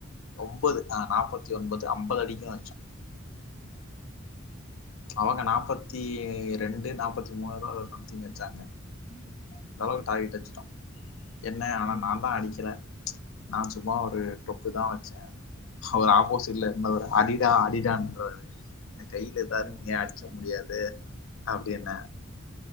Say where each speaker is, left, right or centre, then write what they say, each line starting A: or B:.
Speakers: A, on the left (about 75°); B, on the left (about 35°).
A: ஒம்பது ஆ நாப்பத்தி ஒன்பது அம்பது அடிக்கனும் வச்சோம் அவுங்க நாப்பத்தி ரெண்டு நாப்பத்தி மூனோ எதோ சம்திங் அச்சாங்க
B: <inaudible>
A: அந்த அளவுக்கு டார்கெட்டு அச்சிட்டோம் என்ன ஆனா
B: ம்ஹ்ம்
A: நான் தான் அடிக்கில நான் சும்மா ஒரு டொக்கு தான் வசசேன் அவர் ஆப்போசிட்ல இருந்தவரு அடிடா அடிடான்றாரு என்ன கையில இதா
B: ம்
A: இருக்குங்க அடிச்ச முடியாது து அப்படின்னே